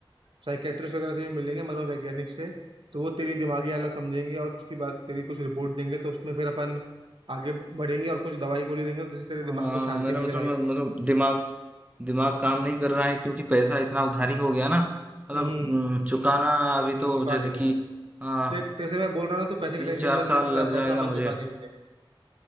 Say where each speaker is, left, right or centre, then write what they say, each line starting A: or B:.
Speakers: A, on the right; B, on the right.
A: साइकेट्रिस्ट वगैरह से भी मिलेंगे मनोवैज्ञानिक से तो वो तेरी दिमागी हालत समझेंगे और उसकी बात तेरी कुछ रिपोर्ट देंगे तो उसमें फिर अपन आगे बढ़ेंगे और कुछ दवाई गोली देंगे तो जिससे तेरे दिमाग
B: हाँ
A: को शांति
B: मेरा
A: मिले
B: मतलब
A: भाई
B: मतलब दिमाग दिमाग काम नहीं कर रहा है क्योंकि पैसा इतना उधारी हो गया ना मतलब
A: हम्म
B: हम्म, चुकाना अभी
A: नहीं नहीं,
B: तो
A: चुका
B: जैसे
A: देंगे
B: कि आ,
A: देख तेरे से मैं बोल रहा हूँ तू पैसे
B: तीन
A: की टेंशन
B: चार
A: मत ले
B: साल
A: पैसा
B: लग जाएगा
A: पैसा अपन
B: मुझे
A: चुका देंगे